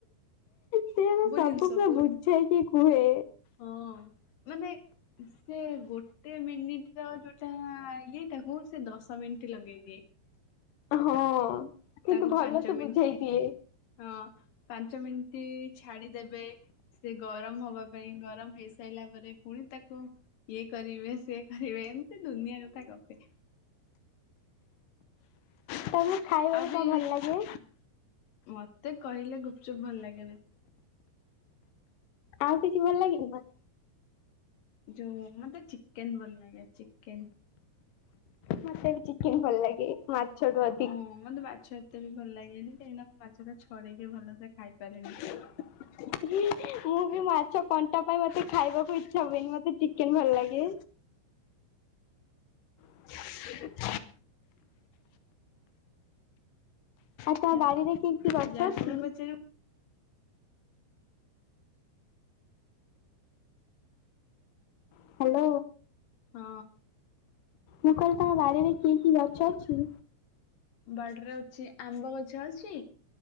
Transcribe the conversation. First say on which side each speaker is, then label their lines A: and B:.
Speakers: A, on the left; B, on the left.
A: ସେ ସବୁ
B: ଜିନିଷ
A: କୁଏ
B: କୋଉଠି
A: ବୁଝେଇକି କୁହେ।
B: ହଁ, ମାନେ ସେ ଗୋଟେ ମିନିଟ୍ ର ଯୋଉଟା ଇଏଟା ମୁଁ ସେ ଦଶ ମିନ୍ଟି ଲଗେଇଦିଏ।
A: ହଁ, କିନ୍ତୁ
B: ତାକୁ
A: ଭଲ
B: ପାଞ୍ଚ
A: ସେ
B: ମିନିଟ
A: ବୁଝେଇ ଦିଏ।
B: ହଁ, ପାଞ୍ଚ ମିନ୍ଟି ଛାଡିଦେବେ। ସେ ଗରମ ହବା ପାଇଁ ଗରମ ହେଇସାଇଲା, ପରେ ପୁଣି ତାକୁ ଇଏ କରିବେ, ସେ କରିବେ, ଏମିତି ଦୁନିଆକଥା ଗପେ
A: ତମକୁ ଖାଇବକୁ
B: ଆଉ
A: କଣ
B: ବି
A: ଭଲ ଲାଗେ?
B: ମତେ କହିଲେ ଗୁପ୍ ଚୁପ୍ ଭଲ ଲାଗେରେ।
A: ଆଉ କିଛି ଭଲ ଲାଗେନି ନା!
B: ଯୋଉ ମତେ ଚିକେନ୍ ଭଲ ଲାଗେ, ଚିକେନ୍।
A: ମତେ ବି ଚିକେନ୍ ଭଲ୍ ଲାଗେ। ମାଛ <unintelligible>
B: ହଁ ମତେ ମାଛ ଏତେ ବି ଭଲ ଲାଗେନି କାହିଁକିନା ମୁଁ ମାଛଟା ଛଡେଇକି ଭଲସେ ଖାଇ ପାରେନି।
A: <inaudible> ମୁଁ ବି ମାଛ କଣ୍ଟା ପାଇଁ ମତେ ଖାଇବାକୁ ଇଚ୍ଛା ହୁଏନି ମତେ ଚିକେନ୍ ଭଲ୍ ଲାଗେ। <inaudible> ତା
B: ଖିଆ
A: ବାଡିରେ କି କି ଗଛ
B: ଯାହାକୁ
A: ଅଛି?
B: ବି ପଚାରିବ
A: ହାଲୋ।
B: ହଁ।
A: ମୁଁ କହିଲି ତମ ବାରିରେ କି କି ଗଛ ଅଛି?
B: ବାଡିରେ ଅଛି ଆମ୍ବ ଗଛ ଅଛି